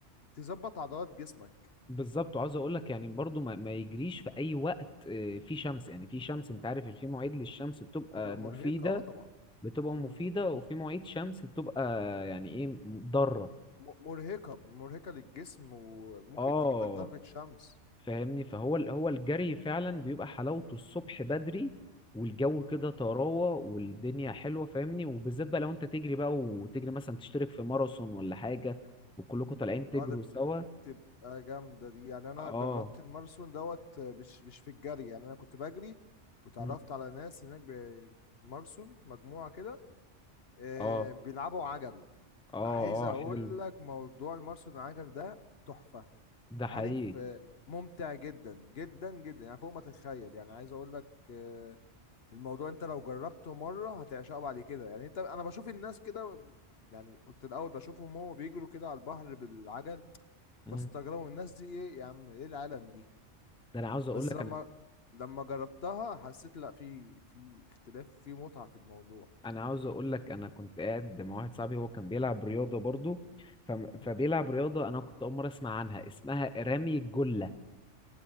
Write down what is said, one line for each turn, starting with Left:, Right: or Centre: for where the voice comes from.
Left: تظبط عضلات جسمك
Centre: بالظبط وعاوز اقول لك يعني برضو ما, ما يجريش في اي وقت آه، في شمس يعني في شمس انت عارف في مواعيد للشمس بتبقى
Left: تبقى
Centre: مفيدة
Left: مرهقة اه طبعا
Centre: بتبقى
Left: مم.
Centre: مفيدة وفي مواعيد شمس بتبقى يعني ايه ضارة
Left: م- مرهقة مرهقة للجسم وممكن
Centre: اه
Left: تجيب لك ضربة شمس
Centre: فاهمني فهو ال- هو الجري فعلا بيبقى حلاوته الصبح بدري والجو
Left: مم.
Centre: كده طراوة والدنيا حلوة فاهمني وبالذات بقى لو انت تجري بقى وتجري مثلا تشترك في ماراثون ولا حاجة وكلكم طالعين تجروا
Left: اه ده بت-
Centre: سوا
Left: بتبقى جامدة دي يعني انا
Centre: اه
Left: جربت الماراثون دوت آه، مش مش في الجري يعني انا كنت بجري وتعرفت
Centre: مم.
Left: على ناس هناك بمارسون مجموعة كده آه،
Centre: اه
Left: بيلعبوا عجل
Centre: اه
Left: عايز
Centre: اه
Left: اقول
Centre: حلو
Left: لك موضوع الماراثون العجل ده تحفة
Centre: ده حقيقي
Left: عارف آه، ممتع جدا جدا جدا يعني فوق ما تتخيل يعني عايز اقول لك آه، الموضوع انت لو جربته مرة هتعشقه بعد كده يعني انت انا بشوف الناس كده يعني كنت الاول بشوفهم هو بيجروا كده على البحر بالعجل
Centre: مم.
Left: بستغربوا الناس دي ايه يا عم ايه العالم دي
Centre: ده انا عاوز اقول
Left: بس
Centre: لك
Left: لما
Centre: انا
Left: لما جربتها حسيت لا في في اختلاف في متعة في الموضوع
Centre: انا عاوز اقول لك انا كنت قاعد مع واحد صاحبي هو كان بيلعب رياضة برضو ف...
Left: امم
Centre: فبيلعب رياضة انا كنت اول مرة اسمع عنها اسمها رمي الجلة